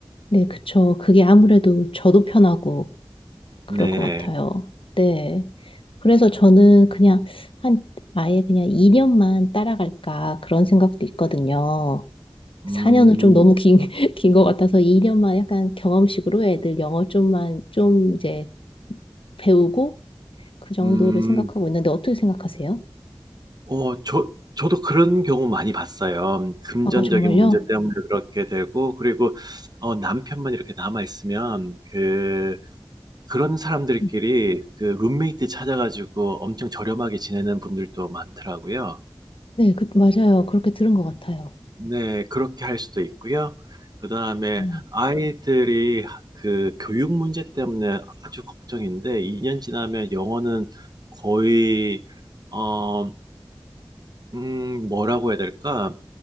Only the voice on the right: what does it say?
네,
음,
음,
어, 저, 저도 그런 경우 많이 봤어요. 금전적인
문제 때문에 그렇게 되고, 그리고 어, 남편만 이렇게 남아 있으면 그 그런 사람들끼리
그 룸메이트 찾아 가지고 엄청 저렴하게 지내는 분들도 많더라고요.
네. 그렇게 할 수도 있고요. 그다음에
아이들이 하 그 교육 문제 때문에 아주 걱정인데 2년 지나면 영어는 거의 어 음 뭐라고 해야 될까?